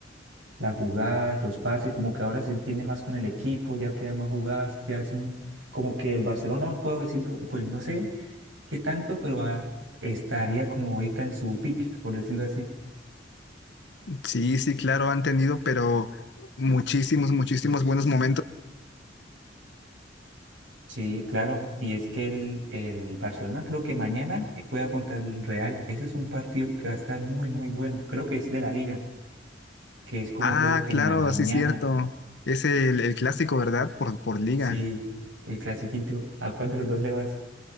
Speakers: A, on the right; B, on the left.
A: las jugadas, los pases, como que ahora se entiende más con el equipo, ya quedan más jugadas, ya hacen como que el Barcelona, puedo decirlo, pues no sé qué tanto, pero ah, estaría como ahorita en su pick, por decirlo así.
B: Sí, sí, claro, han tenido, pero muchísimos, muchísimos buenos momentos.
A: Sí, claro. Y es que el, el Barcelona creo que mañana juega contra el Real. Ese es un partido que va a estar muy, muy bueno. Creo que es de la Liga, que es como
B: Ah,
A: creo que
B: claro,
A: en la mañana.
B: sí, cierto. Es el, el clásico, ¿verdad? Por, por liga.
A: Sí, el clasiquito. ¿A cuál de los dos le vas?